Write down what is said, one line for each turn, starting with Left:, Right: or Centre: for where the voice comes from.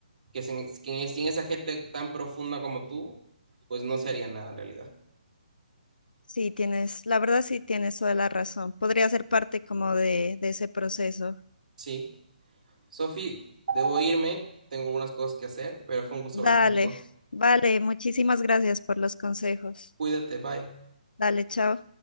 Right: Que sin, que sin esa gente tan profunda como tú, pues no se haría nada en realidad.
Left: Sí, tienes, la verdad sí tienes toda la razón. Podría ser parte como de, de ese proceso.
Right: Sí. Sofi, debo irme, tengo algunas cosas que hacer, pero fue un gusto
Left: Dale,
Right: hablar contigo.
Left: vale, muchísimas gracias por los consejos.
Right: Cuídate, bye.
Left: Dale, chao.